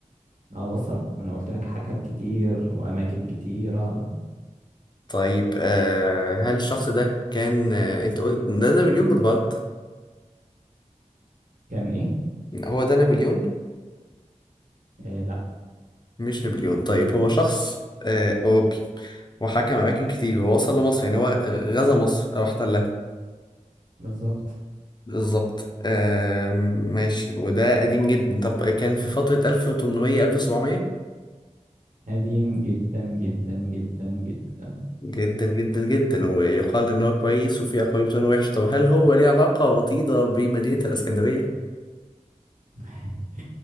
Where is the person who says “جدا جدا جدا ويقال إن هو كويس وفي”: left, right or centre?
Left